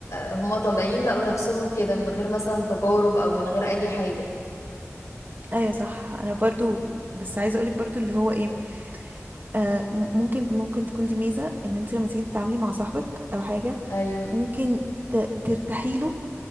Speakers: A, on the left; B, on the right.
A: هم طالعين لقوا نفسهم كده من غير مثلا تجارب أو من غير أي حاجة
B: ايوه صح انا برضو بس عايزه اقولك برضو اللي هو ايه آه م- ممكن ممكن تكون دي ميزه ان انت لما تيجي تتعاملي مع صاحبك او حاجه
A: أيوه
B: ممكن ت- ترتاحيله